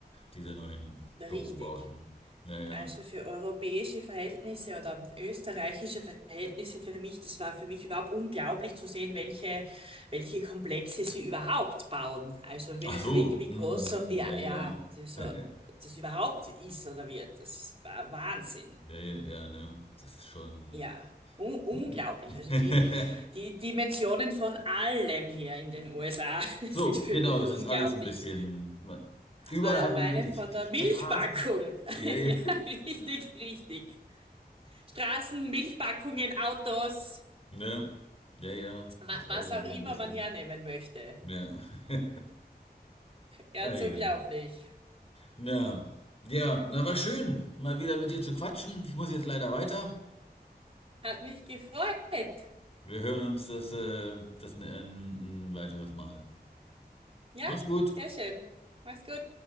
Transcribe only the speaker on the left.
diese neuen
Bürobauten. Ja, ja.
Ach so,
mm,
mm, ja, ja.
<laughs>
Ja, ja, ja, ne? Das ist schon.
<laughs>
So,
genau,
es
ist alles ein bisschen. man- Überall
hat man ne, die,
die
Straßen.
Ja,
ja.
<laughs> Ne? Ja, ja.
Das ist
alles einfach
ein bisschen.
Ja. <laughs>
Ah, ja.
Ja. Ja, na war schön, mal wieder mit dir zu quatschen. Ich muss jetzt leider weiter.
Wir hören uns das, äh, das ein, ein weiteres Mal.
Mach's gut.